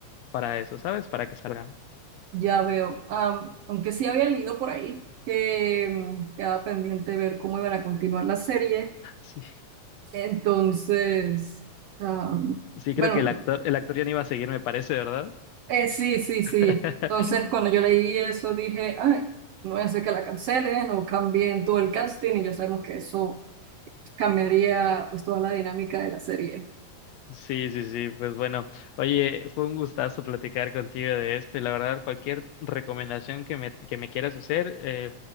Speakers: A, on the left; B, on the right.
A: para eso, ¿sabes? Para que salgan.
B: Ya veo. Am, aunque sí había leído por ahí que mm, quedaba pendiente ver cómo iban a continuar la serie.
A: Sí,
B: Entonces, am,
A: sí, creo
B: bueno,
A: que el actor, el actor ya no iba a seguir, me parece, ¿verdad?
B: Eh, sí, sí, sí.
A: <laughs>
B: Entonces, cuando yo leí eso, dije, ay, no voy a hacer que la cancelen o cambien todo el casting y ya sabemos que eso cambiaría pues toda la dinámica de la serie.
A: Sí, sí, sí, pues bueno, oye, fue un gustazo platicar contigo de esto y la verdad cualquier recomendación que me, que me quieras hacer, eh,